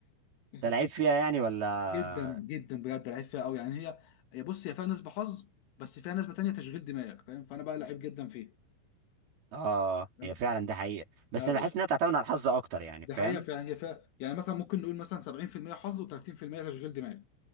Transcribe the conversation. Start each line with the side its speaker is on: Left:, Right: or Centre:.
Left: <laughs>
Right: انت لعيب فيها يعني ولا
Left: جدا جدا بجد لعيب فيها قوي يعني هي هي بص هي فيها نسبه حظ بس فيها نسبه تانية تشغيل دماغك فاهم فانا بقى لعيب جدا فيه
Right: اه
Left: فاهم
Right: هي فعلا دي حقيقة بس
Left: ايوه
Right: انا بحس انها بتعتمد على الحظ اكتر يعني
Left: دي
Right: فاهم
Left: حقيقه فعلا هي فيها يعني مثلا ممكن نقول مثلا 70% حظ و30% تشغيل دماغ